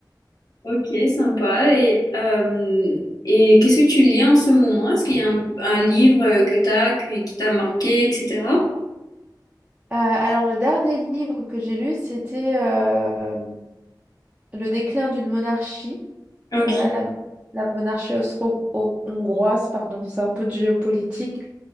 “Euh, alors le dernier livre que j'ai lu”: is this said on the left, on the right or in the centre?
Right